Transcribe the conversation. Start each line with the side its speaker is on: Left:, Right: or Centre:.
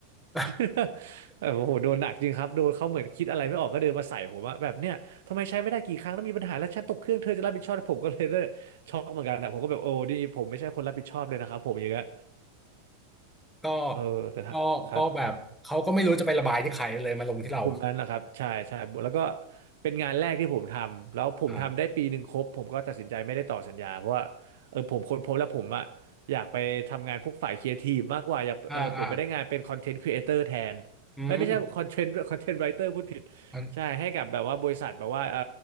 Centre: อ่า
Right: <laughs> เออโอ้โหโดนหนักจริงครับโดนเขาเหมือนคิดอะไรไม่ออกก็เดินมาใส่ผมอะแบบเนี่ยทำไมใช้ไม่ได้กี่ครั้งแล้วมีปัญหาแล้วฉันตกเครื่องเธอจะรับผิดชอบผมก็เลยเลยช็อกเหมือนกันอะผมก็แบบโอ้นี่ผมไม่ใช่คนรับผิดชอบเลยนะครับผมอย่างเงี้ย
Centre: ก็
Right: เออแต่ถ้าครับ
Centre: ก็ก็แบบเขาก็ไม่รู้จะไประบายที่ใครเลยมาลงที่เรา
Right: คงงั้นแหละครับใช่ใช่แล้วก็เป็นงานแรกที่ผมทำแล้วผมทำได้ปีหนึ่งครบผมก็ตัดสินใจไม่ได้ต่อสัญญาเพราะว่าเออผมค้นพบแล้วผมอะอยากไปทำงานพวกฝ่ายครีเอทีฟมากกว่าอยากเออผมไม่ได้งานเป็นคอนเทนต์ครีเอเตอร์แทนเอ้ยไม่ใช่คอนเทนต์คอนเทนต์ไรเตอร์
Centre: อ่าอ่าอ่าอืม
Right: <laughs> พูดผิด
Centre: อน
Right: ใช่ให้กับแบบว่าบริษัทแบบว่าเออ